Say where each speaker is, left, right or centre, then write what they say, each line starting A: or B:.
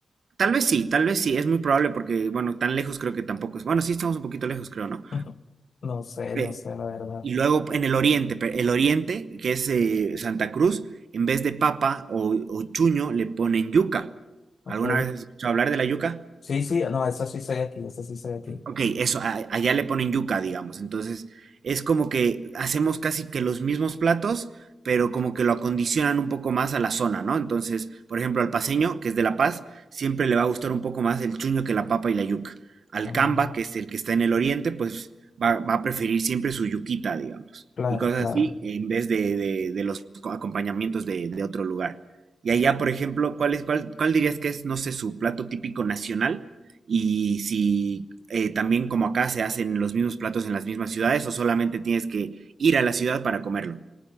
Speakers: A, on the right; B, on the left.
A: Tal vez sí, tal vez sí, es muy probable porque, bueno, tan lejos creo que tampoco es. Bueno, sí estamos un poquito lejos, creo, ¿no?
B: <laughs> Ujú. No sé,
A: Pe-
B: no sé, la verdad.
A: Y luego en el oriente, pe- el oriente, que es eh, Santa Cruz, en vez de papa o, o chuño, le ponen yuca.
B: Ok.
A: ¿Alguna vez has escuchado hablar de la yuca?
B: Sí, sí, no, eso sí soy aquí, eso sí soy aquí.
A: Ok, eso, a- allá le ponen yuca, digamos. Entonces, es como que hacemos casi que los mismos platos, pero como que lo acondicionan un poco más a la zona, ¿no? Entonces, por ejemplo, al paceño, que es de La Paz, siempre le va a gustar un poco más el chuño que la papa y la yuca. Al
B: Mm,
A: camba, que es el que está en el oriente, pues va, va a preferir siempre su yuquita, digamos.
B: claro,
A: Y cosas
B: claro.
A: así, en vez de, de- de los co- acompañamientos de, de otro lugar. Y allá, por ejemplo, ¿cuál es, cuál, cuál dirías que es, no sé, su plato típico nacional? Y si eh, también como acá se hacen los mismos platos en las mismas ciudades o solamente tienes que ir a la ciudad para comerlo.